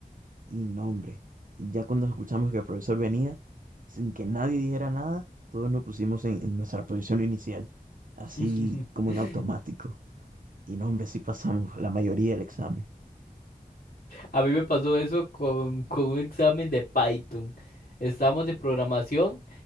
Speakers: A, on the right; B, on the left.
A: Y no, hombre, y ya cuando escuchamos que el profesor venía, sin que nadie dijera nada, todos nos pusimos en, en nuestra posición inicial, así
B: <laughs>
A: como en automático. Y no, hombre, sí pasamos la mayoría del examen.
B: A mí me pasó eso con, con un examen de Python. Estábamos de programación